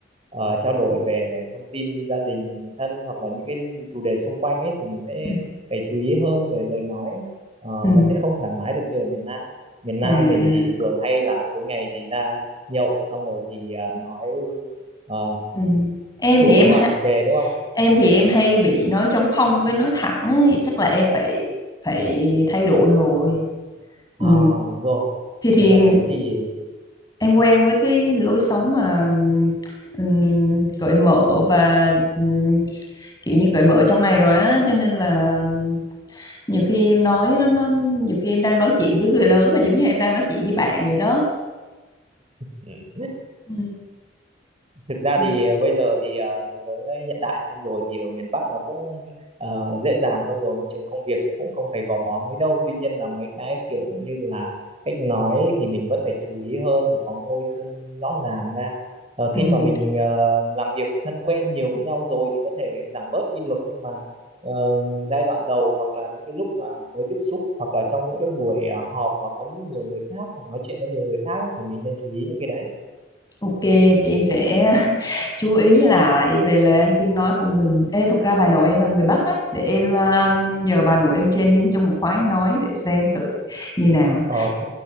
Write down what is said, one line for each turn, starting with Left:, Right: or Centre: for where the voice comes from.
Right: ờ, trao đổi về thông tin gia đình, người thân hoặc là những cái chủ đề xung quanh ấy thì mình sẽ
Left: ừm,
Right: phải chú ý hơn về lời nói. Ờ,
Left: ừm.
Right: nó sẽ không thoải mái được như ở miền Nam miền Nam
Left: À.
Right: mình thì thường hay là cuối ngày thì ra nhậu xong rồi thì à, nói à,
Left: ừm. Em
Right: đủ
Left: thì em
Right: các loại
Left: ha-
Right: chủ đề đúng không?
Left: em thì em hay bị nói trống không với nói thẳng ấy. Chắc là em phải phải thay đổi rồi
Right: À
Left: Ừ.
Right: đúng rồi.
Left: Thì thì
Right: Nếu mà thế thì
Left: em quen với cái lối sống mà ừm, cởi mở và ừm, kiểu như cởi mở trong này rồi á cho nên là nhiều khi em nói nó nó nhiều khi em đang nói chuyện với người lớn mà giống như em đang nói chuyện với bạn vậy đó.
Right: ừ,
Left: Ừ.
Right: thực ra
Left: ừ.
Right: thì ờ, bây giờ thì ờ, thế giới nó hiện đại hơn rồi thì ở miền Bắc nó cũng ờ, dễ dàng hơn rồi môi trường công việc thì cũng không phải gò bó mấy đâu tuy nhiên là mấy cái kiểu như là cách nói thì mình vẫn phải chú ý hơn phải có ngôi xưng rõ ràng ra Ờ, khi
Left: Ừm,
Right: mà mình ờ, làm việc thân quen nhiều với nhau rồi thì có thể giảm bớt đi được nhưng mà ờ, giai đoạn đầu hoặc là những cái lúc mà mới tiếp xúc hoặc là trong những cái buổi ờ, họp mà có nhiều người khác hoặc nói chuyện với nhiều người khác ấy, thì mình nên chú ý những cái đấy
Left: Ok thì em sẽ <laughs> chú ý lại về lời ăn tiếng nói của mình. Ê, thực ra bà nội em là người Bắc á, để em à, nhờ bà nội em training cho một khóa ăn nói để xem thử như nào.
Right: Ok,